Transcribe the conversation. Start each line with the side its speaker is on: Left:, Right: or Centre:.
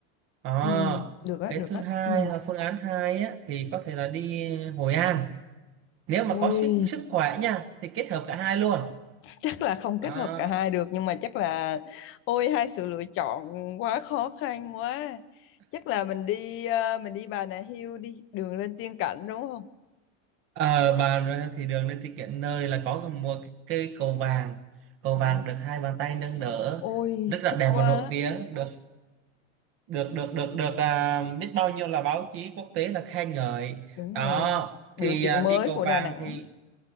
Right: Đó.
Left: Ừ. Được á,
Right: cái
Left: được
Right: thứ
Left: á.
Right: hai
Left: Ừ.
Right: là phương án hai á, thì có thể là đi Hội An nếu mà
Left: Ôi,
Right: có sức sức khỏe nha thì kết hợp cả hai luôn
Left: chắc là không kết
Right: À,
Left: hợp cả hai được nhưng mà chắc là ôi hai sự lựa chọn quá khó khăn quá. Chắc là mình đi ờ, mình đi Bà Nà Hills đi, đường lên tiên cảnh đúng không?
Right: Ờ, bà thì đường lên thì kiện nơi là có một cây cầu vàng cầu
Left: Ồ,
Right: vàng được hai bàn tay nâng đỡ
Left: ôi
Right: rất là
Left: thích
Right: đẹp
Left: quá.
Right: và nổi tiếng được được được được được à, biết bao nhiêu là báo chí quốc tế là khen ngợi
Left: Đúng
Right: đó
Left: rồi. Biểu
Right: thì
Left: tượng
Right: à, đi
Left: mới
Right: cầu
Left: của
Right: vàng
Left: Đà Nẵng.
Right: thì